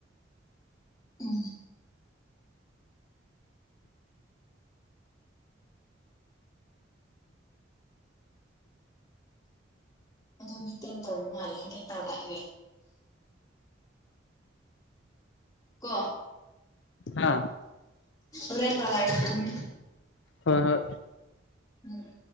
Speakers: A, on the left; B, on the left.
A: ꯎꯝ ꯑꯗꯨ ꯃꯤꯇꯤꯡ ꯇꯧꯕ ꯃꯥꯜꯂꯦ ꯍꯧꯐꯛ ꯇꯧꯔꯛꯒꯦ ꯀꯣ
B: ꯍꯥꯥ
A: ꯍꯂꯦ ꯇꯧ ꯍꯥꯏꯒꯦ ꯊꯃꯦ
B: ꯍꯣꯏ ꯍꯣꯏ
A: ꯎꯝ